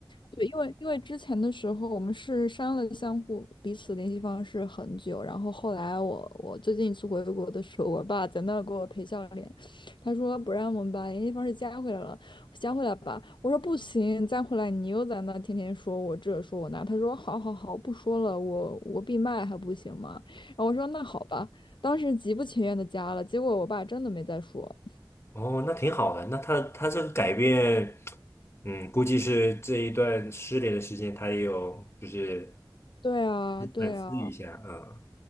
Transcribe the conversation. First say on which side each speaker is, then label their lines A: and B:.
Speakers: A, on the left; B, on the left.
A: 对，因为因为之前的时候我们是删了相互彼此联系方式很久，然后后来我我最近一次回国的时候，我爸在那儿给我赔笑脸，他说不让我们把联系方式加回来了，先回来吧。我说不行，再回来你又在那天天说我这说我那。他说好好好，不说了，我我闭麦还不行吗？然后我说那好吧。当时极不情愿的加了，结果我爸真的没再说。
B: 哦，那挺好的。那他他这个改变，嗯，估计是这一段失联的时间，他也有就是
A: 对啊，对啊，
B: 反思一下，嗯，